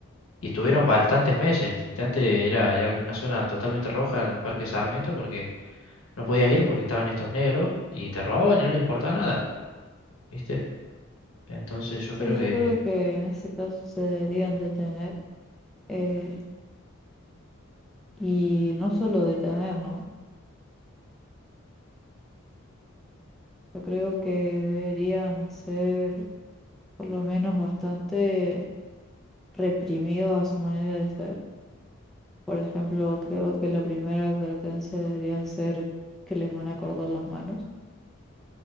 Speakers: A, on the left; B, in the centre.
A: Y estuvieron
B: claro.
A: bastantes meses. Literalmente era ya una zona totalmente roja el Parque Sarmiento porque no podías ir porque estaban estos negros y te robaban y no les importaba nada, ¿viste? Entonces yo
B: Sí,
A: creo que,
B: yo creo que en ese caso se deberían detener eh, y no solo detener, ¿no? Yo creo que deberían ser por lo menos bastante reprimidos a su manera de ser. Por ejemplo, creo que la primera advertencia debería ser que les van a cortar las manos